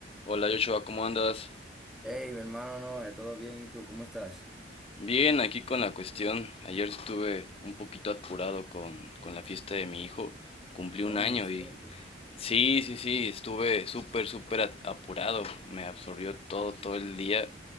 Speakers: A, on the left (about 30°); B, in the centre.
A: Hola Joshua, ¿cómo andas?
B: Hey, mi hermano, no, eh, todo bien, ¿y tú? ¿Cómo estás?
A: Bien, aquí con la cuestión. Ayer estuve un poquito apurado con, con la fiesta de mi hijo. Cumplí un
B: Oh,
A: año
B: ¿en serio?
A: y... Sí, sí, sí, estuve súper, súper a- apurado. Me absorbió todo, todo el día.